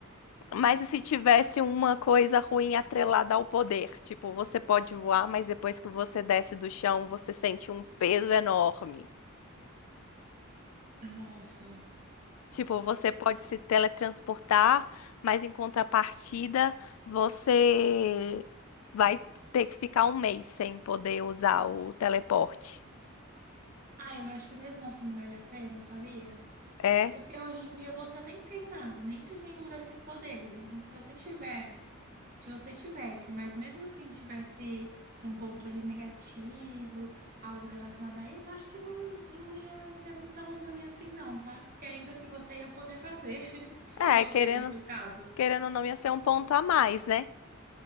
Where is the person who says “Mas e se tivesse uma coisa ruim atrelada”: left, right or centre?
Left